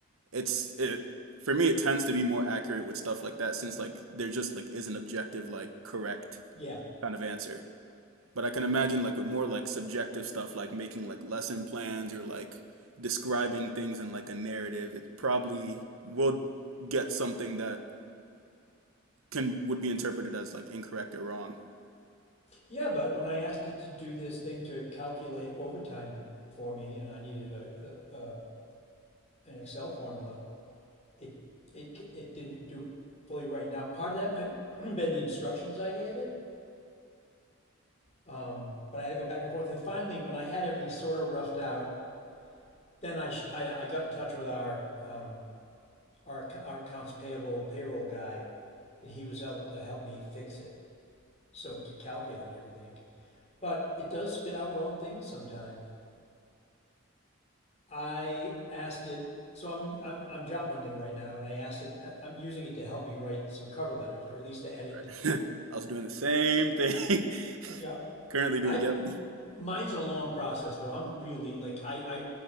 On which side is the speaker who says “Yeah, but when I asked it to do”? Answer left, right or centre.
Left